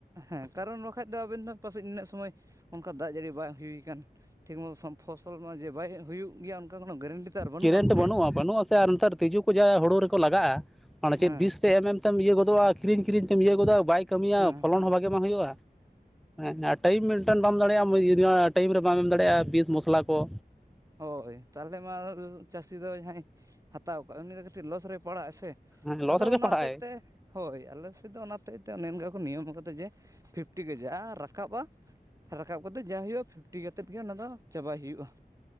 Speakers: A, on the right (about 20°); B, in the centre.
A: ᱦᱮᱸ ᱠᱟᱨᱚᱱ ᱵᱟᱠᱷᱟᱡ ᱫᱚ ᱟᱵᱮᱱ ᱫᱚ ᱯᱟᱥᱮᱡ ᱩᱱᱟᱹᱜ ᱥᱚᱢᱚᱭ ᱚᱱᱠᱟ ᱫᱟᱜ ᱡᱟᱹᱲᱤ ᱵᱟᱭ ᱦᱩᱭᱩᱠᱟᱱ᱾ ᱴᱷᱤᱠ ᱢᱚᱛᱚ ᱯᱷᱚᱥᱚᱞ ᱢᱟ ᱡᱮ ᱵᱟᱭ ᱦᱩᱭᱩᱜ ᱜᱮᱭᱟ᱾ ᱠᱳᱱᱳ ᱜᱮᱨᱮᱱᱴᱤ ᱛᱚ ᱟᱨ ᱵᱟᱹᱱᱩᱜ
B: ᱠᱨᱮᱱᱴ
A: ᱟᱱ ᱥᱮ
B: ᱵᱟᱹᱱᱩᱜᱼᱟ ᱵᱟᱹᱱᱩᱜ ᱟᱥᱮ ᱟᱨ ᱱᱮᱛᱟᱨ ᱛᱤᱡᱩ ᱠᱚ ᱡᱟ ᱦᱩᱲᱩ ᱨᱮᱠᱚ ᱞᱟᱜᱟᱜᱼᱟ ᱚᱱᱟ
A: ᱦᱮᱸ
B: ᱪᱮᱫ ᱫᱤᱥ ᱛᱮ ᱮᱢᱮᱢ ᱛᱮᱢ ᱤᱭᱟᱹ ᱜᱚᱫᱚᱜᱼᱟ ᱠᱤᱨᱤᱧ ᱠᱤᱨᱤᱧ ᱛᱮᱢ ᱤᱭᱟᱹ ᱜᱚᱫᱚᱜᱼᱟ ᱵᱟᱭ ᱠᱟᱹᱢᱤᱭᱟ
A: ᱦᱮᱸ
B: ᱯᱷᱚᱞᱚᱱ ᱦᱚᱸ ᱵᱷᱟᱜᱮ ᱵᱟᱝ ᱦᱩᱭᱩᱜᱼᱟ ᱦᱮᱸ ᱟᱨ ᱴᱟᱭᱤᱢ ᱢᱮᱱᱴᱮᱱ ᱵᱟᱢ ᱫᱟᱲᱮᱭᱟᱜᱼᱟ ᱴᱟᱭᱤᱢ ᱨᱮ ᱵᱟᱢ ᱮᱢ ᱫᱟᱲᱮᱭᱟᱜᱼᱟ ᱵᱤᱥ ᱢᱚᱥᱞᱟ ᱠᱚ
A: ᱦᱳᱭ ᱛᱟᱦᱚᱞᱮ ᱢᱟ ᱪᱟᱹᱥᱤ ᱫᱚ ᱡᱟᱦᱟᱸᱭ ᱦᱟᱛᱟᱣ ᱠᱟᱜ ᱩᱱᱤ ᱫᱚ ᱠᱟᱹᱴᱤᱡ ᱞᱚᱥ ᱨᱮ ᱯᱟᱲᱟᱜ ᱟᱭ ᱥᱮ
B: ᱦᱮᱸ ᱞᱚᱥ
A: ᱟᱫᱚ
B: ᱨᱮᱜᱮ
A: ᱚᱱᱟ
B: ᱯᱟᱲᱟᱜᱼᱟᱭ
A: ᱦᱚᱛᱮᱫ ᱛᱮ ᱦᱳᱭ ᱟᱞᱮ ᱥᱮᱫ ᱫᱚ ᱚᱱᱟᱛᱮ ᱛᱮ ᱚᱱᱮ ᱚᱱᱠᱟ ᱠᱚ ᱱᱤᱭᱚᱢ ᱠᱟᱫᱟ ᱡᱮ ᱯᱷᱤᱯᱴᱤ ᱜᱮ ᱠᱟᱡᱟᱜ ᱨᱟᱠᱟᱵᱼᱟ ᱨᱟᱠᱟᱵ ᱠᱟᱛᱮ ᱡᱟ ᱦᱩᱭᱩᱜᱼᱟ ᱯᱷᱤᱯᱴᱤ ᱠᱟᱛᱮ ᱜᱮ ᱚᱱᱟ ᱪᱟᱵᱟᱭ ᱦᱩᱭᱩᱜᱼᱟ।